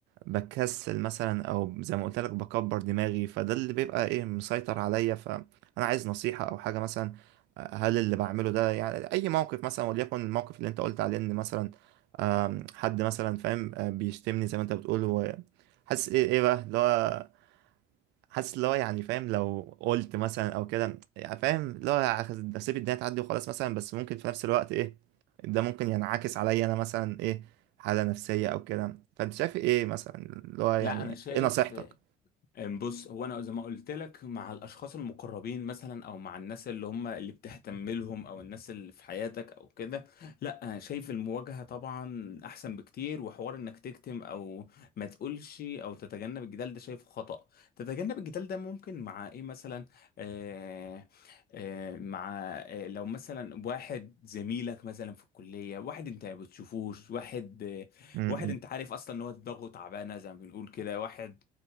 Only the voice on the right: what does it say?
بكسل مثلا او زي ما قلت لك بكبر دماغي فده اللي بيبقى ايه مسيطر عليا فانا عايز نصيحة او حاجة مثلا هل اللي بعمله ده يعني اي موقف مثلا وليكن الموقف اللي انت قلت عليه ان مثلا آم، حد مثلا فاهم آه، بيشتمني زي ما انت بتقول وحاسس ايه ايه بقى اللي هو حاسس اللي هو يعني فاهم لو قلت مثلا او كده يعني فاهم اللي هو هاخد- هسيب الدنيا تعدي وخلاص مثلا بس ممكن في نفس الوقت ايه ده ممكن ينعكس عليا انا مثلا ايه حالة نفسية او كده فانت شايف ايه مثلا اللي هو يعني
ايه نصيحتك
امم